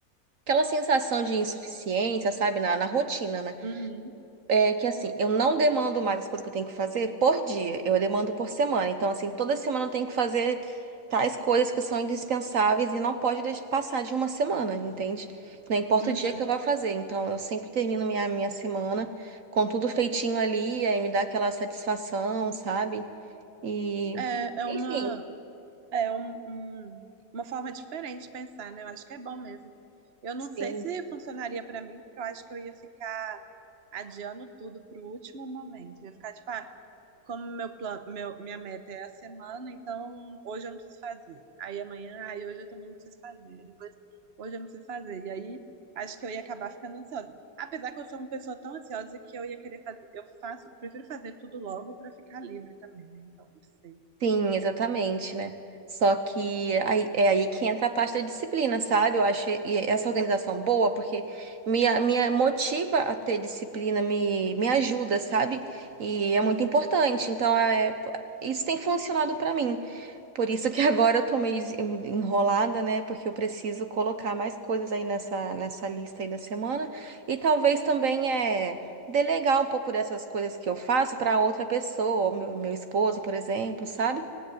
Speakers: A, on the right; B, on the right.
A: aquela sensação de insuficiência, sabe, na, na rotina, né?
B: Uhum,
A: É que assim, eu não demando mais as coisas que eu tenho que fazer por dia, eu demando por semana. Então, assim, toda semana eu tenho que fazer tais coisas que são indispensáveis e não pode deix- passar de uma semana, entende? Não importa
B: uhum.
A: o dia que eu vá fazer. Então, eu sempre termino minha, minha semana com tudo feitinho ali, aí me dá aquela satisfação, sabe? E,
B: É, é
A: enfim,
B: uma é um, um- uma forma diferente de pensar, né? Eu acho que é bom mesmo. Eu não
A: sim.
B: sei se funcionaria pra mim, porque eu acho que eu ia ficar adiando tudo para o último momento. Ia ficar tipo, ah, como meu plano, meu, minha meta é a semana, então hoje eu não preciso fazer. Aí amanhã, aí hoje eu também não preciso fazer. Depois, hoje eu não preciso fazer. E aí acho que eu ia acabar ficando ansiosa. Apesar que eu sou uma pessoa tão ansiosa que eu ia querer fazer, eu faço, prefiro fazer tudo logo para ficar livre também, né? Então, não sei.
A: Sim, exatamente, né? Só que aí, é aí que entra a parte da disciplina, sabe? Eu acho e- essa organização boa porque me, a- me a- motiva a ter disciplina, me, me ajuda, sabe? E é
B: Uhum.
A: muito importante. Então, é, isso tem funcionado pra mim. Por isso que <laughs> agora eu tô meio des- en- enrolada, né? Porque eu preciso colocar mais coisas aí nessa, nessa lista aí da semana. E talvez também é delegar um pouco dessas coisas que eu faço pra outra pessoa, ou meu, meu esposo, por exemplo, sabe?